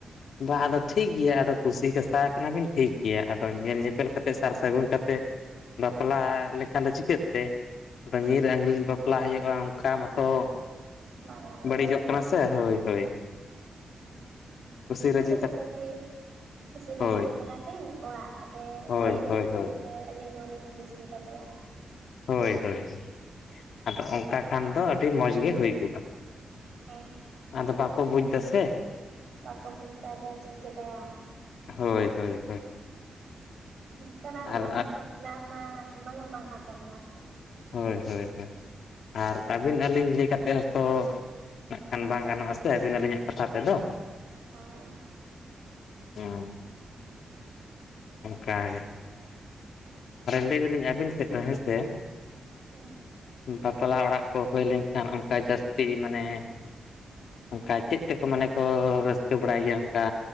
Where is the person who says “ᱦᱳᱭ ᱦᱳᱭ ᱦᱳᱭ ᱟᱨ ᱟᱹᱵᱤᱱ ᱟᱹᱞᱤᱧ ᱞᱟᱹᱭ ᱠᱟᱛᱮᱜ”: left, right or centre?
Left